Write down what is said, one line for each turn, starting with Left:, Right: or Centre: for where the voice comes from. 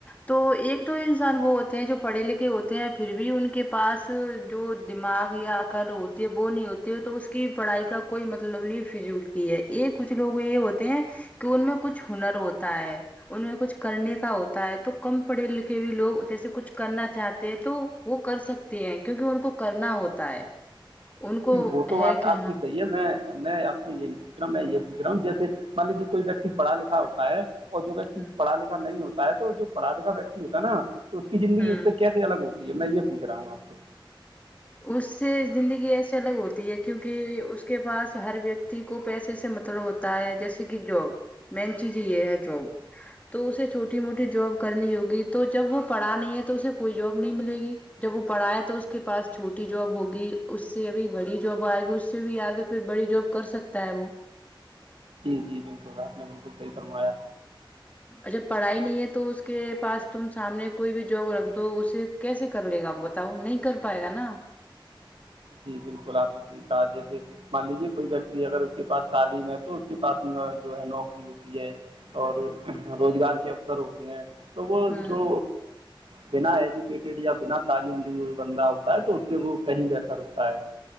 Left: تو ایک تو انسان وہ ہوتے ہیں جو پڑھے لکھے ہوتے ہیں پھر بھی ان کے پاس جو دماغ یا عقل ہوتی ہے وہ نہیں ہوتی ہے تو اس کی پڑھائی کا کوئی مطلب نہیں فضولتی ہے یہ کچھ لوگ یہ ہوتے ہیں کہ ان میں کچھ ہنر ہوتا ہے ان میں کچھ کرنے کا ہوتا ہے تو کم پڑھے لکھے ہو لوگ جیسے کچھ کرنا چاہتے ہیں تو وہ کر سکتے ہیں کیونکہ ان کو کرنا ہوتا ہے ان کو
Right: جی وہ تو
Left: ہے
Right: بات
Left: کہ
Right: آپ
Left: ہاں
Right: کی صحیح ہے میں میں آپ سے یہ نہیں پوچھ رہا میں یہ رہا ہوں جیسے مان لیجیے کوئی ویکتی پڑھا لکھا ہوتا ہے اور جو ویکتی
Left: ہ
Right: پڑھ لکھا نہیں ہوتا ہے تو جو پڑا لکھا ویکتی ہوتا ہے نا تو اس کی زندگی
Left: ہوں
Right: اس سے کیسے الگ ہو ج میں یہ پوچ رہا ہوں آپ سے
Left: اس سے زندگی ایسے الگ ہوتی ہے کیونکہ اس کے پاس ہر ویکتی کو پیسے سے مطلب ہوتا ہے جیسے کہ جاب مین چیز یہ ہے جاب تو اسے چھوٹی
Right: جی
Left: موٹی جاب کرنی ہوگی تو جب وہ پڑھا نہیں ہے تو اسے کوئی جاب نہیں ملے گی جب وہ پڑھایا تو اس کے پاس چھوٹی جاب ہوگی اس سے ابھی بڑی جاب آئے گی اس سے بھی آگے پھر بڑی جاب کر سکتا ہے وہ
Right: جی جی بالکل آپ نے بالکل کی فرمایا
Left: اچھا پڑھائی نہیں ہے تو اس کے پاس تم سامنے کوئی بھی جاب رکھ دو اسے کیسے کر لے گاپ بتاؤ نہیں کر پائے گا نا
Right: جی بالکل آپ نے صحیح کہا جیسے مان لیجیے کوئی ویکتی اگر اس کے پاس تعلیم ہے تو اس کے پاس جو ہے نوکری ہوتی ہے اور روزگار کے اوسر ہوتے ہیں تو وہ
Left: ہوں
Right: جو بنا ایجوکیٹڈ یا بنا تعلیم لیے ہوئی بندہ ہوتا ہے تو اس سے وہ کہیں بہتر ہو تاائ